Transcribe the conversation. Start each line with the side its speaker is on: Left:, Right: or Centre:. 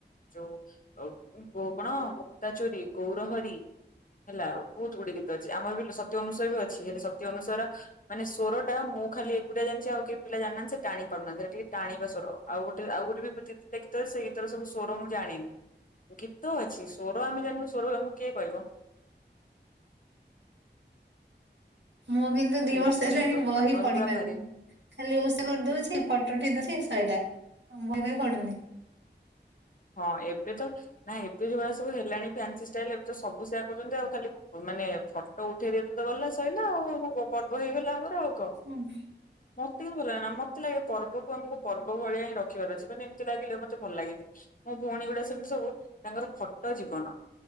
Left: ଯୋଉୋ କଣ ମୁକ୍ତାଚୋରିୀ ଗୌରହରି ହେଲାଉ ବହୁତ ଗୁଡିଏ ଗୀତ ଅଛି ଆମର ବି ସତୀ ଅନୁସାୟା ବି ଅଛି ହେଲେ ସତୀ ଅନୁସାୟାର ମାନେ ସ୍ବରଟା ମୁଁ ଖାଲି ଏକୁଟଆ ଜାଣିଛି ଆଉ କେହି ପିଲାନାହାନ୍ତି ସେ ଟାଣି ପାରୁନାହାନ୍ତି ଟିକେ ଟାଣିବ ସର ଆଉ ଗୋଟେ ଆ ଗୋେ ବିତି ତ ସେ ଗୀତର ସବୁ ସ୍ୱର ମୁଁ ଜାଣିନି। ଗୀତ ଅଛି ସ୍ୱର ଆମେ ଜାଣିନୁ ସ୍ୱର ଆମକୁ କିଏ କହିବ <inaudible>
Right: ମୁଁ କିନ୍ତୁ ଦି
Left: ସେଇଥିପାଇଁ
Right: ବର୍ଷ ହେଲାଣି
Left: ଇଏ କରିପାରୁନୁ
Right: ବହି
Left: ନହେଲେ
Right: ପଢି
Left: ପୁରା
Right: ପାରିନି
Left: ଭାରି
Right: ଖାଲି ଓଷା କରିଦଉଛି ଫଟୋ ଉଠେଇ ଦଉଛି ସଇଲା ବହି ବି ପଢୁନି।
Left: ହଁ ଏବେ ତ ନା ଏବେ ଯୋଉଭଳିଆ ସବୁ ହେଲାଣି ଫ୍ୟାନ୍ସି ଷ୍ଟାଇଲ ଏବେ ତ ସବୁ ସେୟଆ କରୁଛନ୍ତି ଆଉ ଖାଲି ମାନେ ଫଟୋ ଉଠେଇ ଦେଇ ଗଲା ସଇିଲା ଆଉ ଆମ ପର୍ବ ହେଇଗଲା ଆମର ଆଉ।
Right: ଆଞ <inaudible>
Left: ତେ ଭଲ ଲାଗେ ନା ମତେ ଲାଗେ ପର୍ବକୁ ଆମକୁ ପର୍ବ ଭଳିଆ ହିଁ ରଖିବାର ଅଛି ମାନେ ଏମିତି ଲାଗିଲେ ମତେ ଭଲ ଲାଗେନି। ମୋ ଭଉଣୀ ଗୁଡା ସେମିତି ସବୁ ତାଙ୍କର ଫଟ ଜୀବନ।